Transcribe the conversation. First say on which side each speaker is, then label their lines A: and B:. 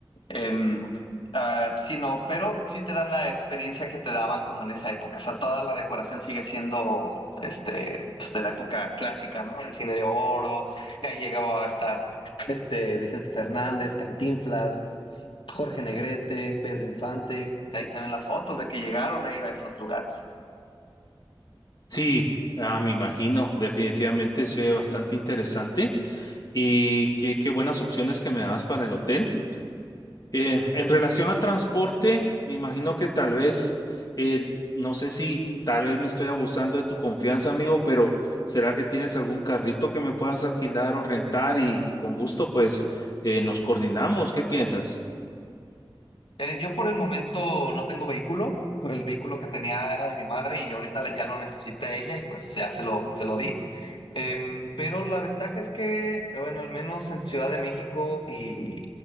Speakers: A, on the left; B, on the left.
A: Em, ah, sí, no, pero sí te dan la experiencia que te daban como en esa época, o sea, toda la decoración sigue siendo este, pues, de la época clásica, ¿no? El cine de oro, y ahí llegaba a estar este Vicente Fernández, Cantinflas, Jorge Negrete, Pedro Infante. Ahí se ven las fotos de que llegaron a ir a esos lugares.
B: sí, ah, me imagino, definitivamente se ve bastante interesante y qué, qué buenas opciones que me das para el hotel. Eh, en relación a transporte, me imagino que tal vez, eh, no sé si tal vez me estoy abusando de tu confianza, amigo, pero ¿será que tienes algún carrito que me puedas alquilar o rentar y con gusto pues eh, nos coordinamos? ¿Qué piensas?
A: Eh, yo por el momento no tengo vehículo. El vehículo que tenía era de mi madre y ahorita la- ya lo necesita ella y pues ya se lo, se lo di. Em, pero la ventaja es que, eh, bueno, al menos en Ciudad de México y,